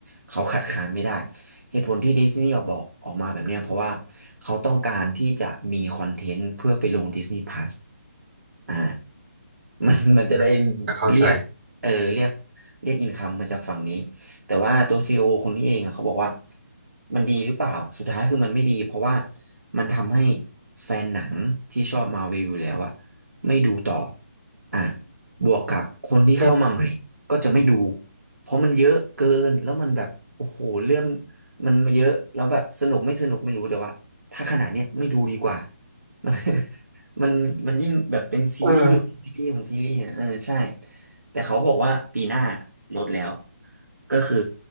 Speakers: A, on the right (about 80°); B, on the right (about 50°).
A: เขาขัดขานไม่ได้เหตุผลที่ดิสนีย์ออกบอกออกมาแบบเนี้ยเพราะว่าเขาต้องการที่จะมีคอนเทนต์เพื่อไปลง Disney Plus อ่า มัน <laughs> มันจะได้
B: อ่ะก็เข้าใจ
A: เรียกเออเรียกเรียกอินคัมมาจากฝั่งนี้แต่ว่าตัวซีอโอคนนี้เองอะเขาบอกว่ามันดีหรือเปล่าสุดท้ายคือมันไม่ดีเพราะว่ามันทำให้แฟนหนังที่ชอบมาเวลอยู่แล้วอะไม่ดูต่ออ่ะบวกกับคนที่เข้ามาใหม่ก็จะไม่ดู
B: ใช่
A: เพราะมันเยอะเกินแล้วมันแบบโอ้โหเรื่องมันเยอะแล้วแบบสนุกไม่สนุกไม่รู้แต่ว่าถ้าขนาดเนี้ยไม่ดูดีกว่า <laughs> มัน มันมันยิ่งแบบเป็นซีรีส์ของซีรีส์ของซีรีส์อ่ะเออใช่
B: เออ
A: แต่เขาบอกว่าปีหน้าลดแล้วก็คือ